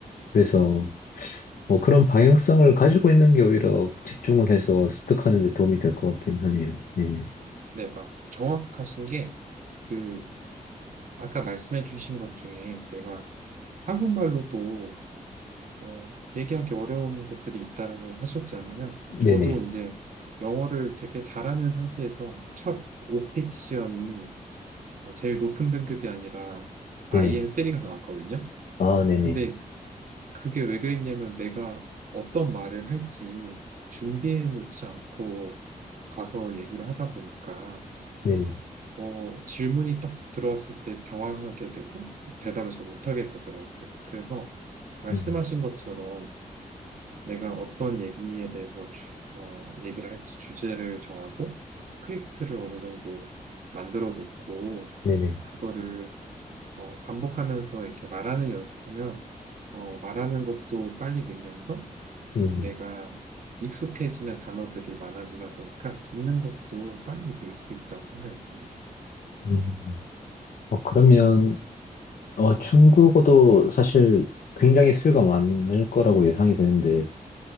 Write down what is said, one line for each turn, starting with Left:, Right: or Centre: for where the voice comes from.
Left: 그래서 뭐 그런 방향성을 가지고 있는 게 오히려 집중을 해서 습득하는 데 도움이 될 것 같긴 하네요. 네네.
Right: 네, 막 정확하신 게, 그, 아까 말씀해 주신 것 중에 내가 한국말로도, 어, 얘기하기 어려운 것들이 있다고 하셨잖아요.
Left: 네네.
Right: 저도 이제 영어를 되게 잘하는 상태에서 첫 오픽 시험이 뭐 제일 높은 등급이 아니라 IM3가
Left: 네네.
Right: 나왔거든요.
Left: 아, 네네.
Right: 근데 그게 왜 그랬냐면 내가 어떤 말을 할지 준비해 놓지 않고 가서 얘기를 하다 보니까
Left: 네네.
Right: 어, 질문이 딱 들어왔을 때 당황하게 되고 대답을 잘 못하게 되더라고요. 그래서 말씀하신
Left: 음,
Right: 것처럼 내가 어떤 얘기에 대해서 주, 어, 얘기를 할지 주제를 정하고 스크립트를 어느 정도 만들어 놓고
Left: 네네.
Right: 그거를 어, 반복하면서 이렇게 말하는 연습하면 어, 말하는 것도 빨리 늘면서
Left: 네네.
Right: 내가 익숙해지는 단어들이 많아지다 보니까 듣는 것도 빨리 늘 수 있다고 생각이 듭니다.
Left: 음. 어, 그러면, 어, 중국어도 사실 굉장히 수요가 많을 거라고 예상이 되는데,